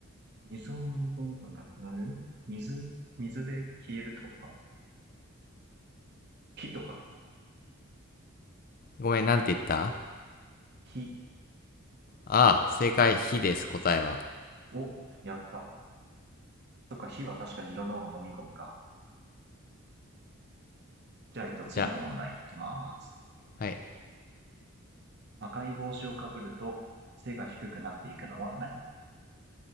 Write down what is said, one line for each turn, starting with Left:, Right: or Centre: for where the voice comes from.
Right: 水を飲み込むとなくなる水、水で消えるってことか。火とか。
Left: ごめん、なんて言った
Right: 火
Left: ああ、正解、火です、答えは。
Right: をやった。とか、火は確かにいろんなものを飲み込むか。じゃあ、えっと、次の問題いきます。
Left: じゃあ、はい。
Right: 赤い帽子をかぶると背が低くなっていくのは何